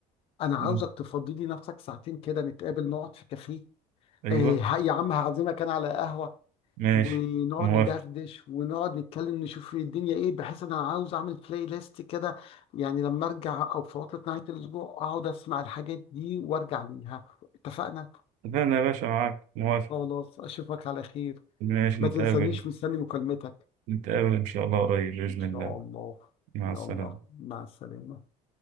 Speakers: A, on the left; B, on the right.
A: أنا
B: مم.
A: عاوزك تفضي لي نفسك ساعتين كده نتقابل نقعد في كافيه
B: ايوه
A: إيه يا عم هعزمك أنا على قهوة
B: ماشي
A: ونقعد
B: موافق
A: ندردش ونقعد نتكلم نشوف ايه الدنيا ايه بحيث انا عاوز اعمل بلاي ليست كده يعني لما ارجع او في عطلة نهاية الاسبوع اقعد اسمع الحاجات دي وارجع ليها اتفقنا
B: اتفقنا يا باشا معاك موافق
A: خلاص اشوفك على خير
B: ماشي
A: ما
B: نتقابل
A: تنسانيش مستني مكالمتك
B: نتقابل ان شاء الله قريب باذن
A: ان شاء
B: الله
A: الله
B: مع
A: يلا
B: السلامه
A: مع السلامة